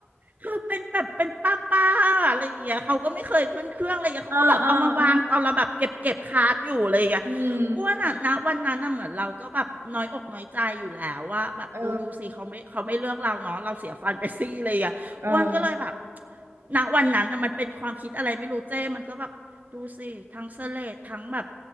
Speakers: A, on the right; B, on the right.
A: คือเป็นแบบเป็นป้าป้าอะไรอย่างเงี้ยเขาก็ไม่เคยขึ้นเครื่องอะไรอย่างเงี้ยเขาก็แบบเอามาวางตอนเราแบบเก็บเก็บคาร์ดอยู่อะไรอย่างเงี้ย
B: อ่าอ่าอ่าอืม
A: อ้วนอ่ะนะวันนั้นน่ะเหมือนเราก็แบบน้อยอกน้อยใจอยู่แล้วว่าแบบอูดูสิเขาไม่เขาไม่เลือกเราเนาะเราเสียฟันไปซี่เลยอ่ะ
B: เออเออ
A: อ้วนก็เลยแบบณวันนั้นอะมันเป็นความคิดอะไรไม่รู้เจ้มันก็แบบดูสิทั้งเสลดทั้งแบบ